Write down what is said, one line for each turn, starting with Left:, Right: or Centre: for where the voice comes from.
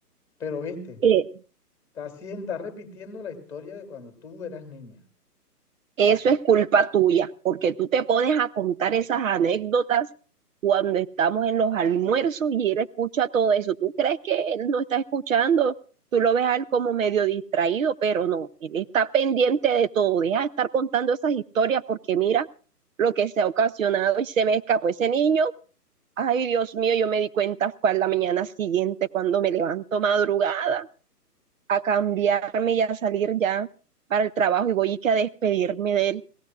Centre: Pero viste,
Right: Eh,
Centre: está, haciendo- está repitiendo la historia de cuando tú eras niña.
Right: Eso es culpa tuya, porque tú te pones a contar esas anécdotas cuando estamos en los almuerzos y él escucha todo eso. Tú crees que él no está escuchando, tú lo ves a él como medio distraído, pero no, él está pendiente de todo. Deja de estar contando esas historias porque mira lo que se ha ocasionado y se me escapó ese niño. Ay, Dios mío, yo me di cuenta fue a la mañana siguiente cuando me levanto madrugada a cambiarme y a salir ya para el trabajo y voy y que a despedirme de él